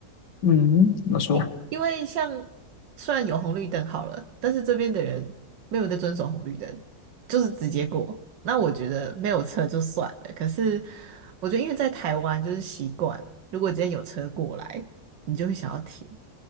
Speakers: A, on the left; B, on the right.
A: 嗯，怎么说？
B: 因因为像虽然有红绿灯好了，但是这边的人没有在遵守红绿灯，就是直接过。那我觉得没有车就算了，可是我觉得因为在台湾就是习惯，如果今天有车过来，你就会想要停，